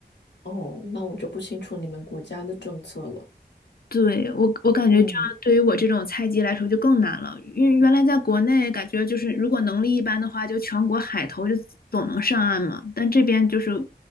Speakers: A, on the left; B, on the left.
A: 哦，那我就不清楚你们国家的政策了。
B: 对，我我感觉这样对于我这种菜鸡来说就更难了，
A: 嗯。
B: 因为原来在国内感觉就是如果能力一般的话，就全国海投就总能上岸嘛。但这边就是